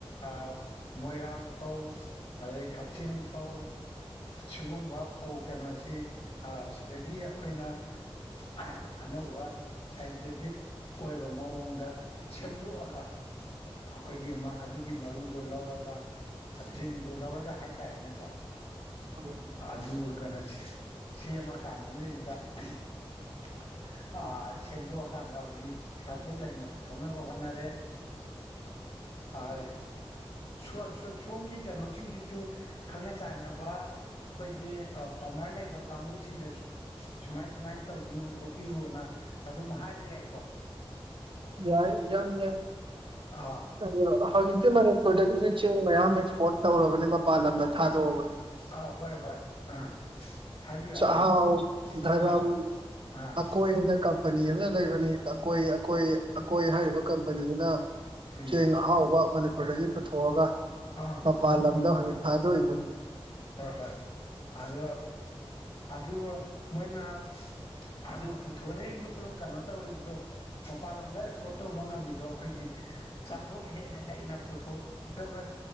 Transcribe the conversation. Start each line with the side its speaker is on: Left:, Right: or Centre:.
Left: ꯑꯥ ꯃꯣꯏꯔꯥꯡ ꯐꯧ ꯑꯗꯩ ꯀꯛꯆꯦꯡ ꯐꯧ ꯁꯤꯒꯨꯝꯕ ꯐꯧ ꯀꯩꯅꯣꯁꯤ ꯑꯥ ꯁꯤꯗꯒꯤ ꯑꯥꯈꯣꯏꯅ <unintelligible> ꯑꯅꯧꯕ ꯁꯥꯏꯟꯇꯤꯐꯤꯛ ꯑꯣꯏꯕ ꯃꯑꯣꯡꯗ ꯁꯦꯝꯗꯣꯛꯑꯒ ꯑꯥꯈꯣꯏꯒꯤ ꯃꯥ ꯑꯗꯨꯒꯤ ꯃꯔꯨꯗꯣ ꯂꯧꯔꯒ ꯖꯤꯟꯗꯣ ꯂꯧꯔꯒ ꯍꯥꯏꯇꯥꯔꯦꯅꯦꯀꯣ
Right: ꯆꯨꯝꯃꯤ
Left: ꯑꯗꯨ ꯀꯩꯅꯣ ꯁꯦꯝꯃ ꯀꯥꯟꯖꯤꯗꯩꯖꯤꯗ <unintelligible> ꯑꯥ ꯁꯦꯝꯗꯣꯛꯑꯀꯥꯟꯗ ꯍꯨꯖꯤꯛ ꯆꯥꯊꯣꯛ ꯂꯩꯅ ꯄꯨꯊꯣꯛꯅꯕ ꯍꯣꯠꯅꯔꯦ ꯑꯥ ꯁꯣ ꯁꯣ ꯁꯣꯝꯒꯤ ꯀꯩꯅꯣꯖꯤꯡꯖꯤꯁꯨ ꯈꯪꯅ ꯆꯥꯟꯅ ꯋꯥ ꯈꯣꯏꯒꯤ ꯐꯥꯔꯃꯔ ꯂꯩꯕ ꯀꯥꯡꯕꯨꯁꯤꯡꯗꯁꯨ ꯁꯨꯃꯥꯏ ꯁꯨꯃꯥꯏꯅ ꯇꯧꯕꯤꯌꯨ ꯈꯣꯠꯄꯤꯌꯨꯅ ꯑꯗꯨꯝ ꯍꯥꯏꯕ ꯌꯥꯏꯀꯣ
Right: ꯌꯥꯏ ꯌꯥꯝ ꯌꯥꯏꯍꯧꯖꯤꯛꯇꯤ
Left: ꯑꯥ
Right: ꯃꯅꯤꯄꯨꯔꯗꯒꯤ ꯆꯦꯡ ꯃꯌꯥꯝ ꯑꯦꯛꯁꯄꯣꯔꯠ ꯇꯧꯔꯕꯅꯤ ꯃꯄꯥꯟ ꯂꯝꯗ ꯊꯥꯗꯣꯛꯑꯕꯅꯤ
Left: ꯑꯥ ꯍꯣꯏ ꯍꯣꯏ ꯑꯥ ꯍꯥꯏꯕꯤꯌꯨ ꯍꯥꯏꯕꯤꯌꯨ
Right: ꯆꯥꯛꯍꯥꯎ ꯙꯔꯝ
Left: ꯑꯥ ꯑꯥ
Right: ꯑꯀꯣꯏꯅ ꯀꯝ ꯀꯝꯄꯦꯅꯤ ꯑꯃ ꯂꯩꯕꯅꯤ ꯑꯀꯣꯏ ꯑꯀꯣꯏ ꯑꯀꯣꯏ ꯍꯥꯏꯔꯤꯕ ꯀꯝꯄꯦꯅꯤꯖꯤꯅ
Left: ꯎꯝ
Right: ꯆꯦꯡ ꯑꯍꯥꯎꯕ ꯃꯅꯤꯄꯨꯔꯗꯒꯤ ꯄꯨꯊꯣꯛꯑꯒ
Left: ꯑꯥ
Right: ꯃꯄꯥꯟ ꯂꯝꯗ ꯍꯨꯖꯤꯛ ꯊꯥꯗꯣꯛꯏꯕ
Left: ꯍꯣꯏ ꯍꯣꯏ ꯑꯗꯣ ꯑꯗꯨꯒ ꯃꯣꯏꯅ ꯑꯗꯨ ꯄꯨꯊꯣꯔꯛꯏꯕ ꯀꯩꯅꯣ ꯇꯧꯔꯤꯕꯗꯣ ꯃꯄꯥꯟꯂꯣꯝꯗ ꯑꯦꯛꯁꯄꯣꯔꯠ ꯇꯧꯕ ꯉꯝꯃꯤꯗꯣ ꯈꯣꯏꯒꯤ ꯆꯥꯊꯣꯛ ꯍꯦꯟꯅ ꯂꯩ ꯍꯦꯟꯅ ꯄꯨꯊꯣꯛꯗꯕꯩ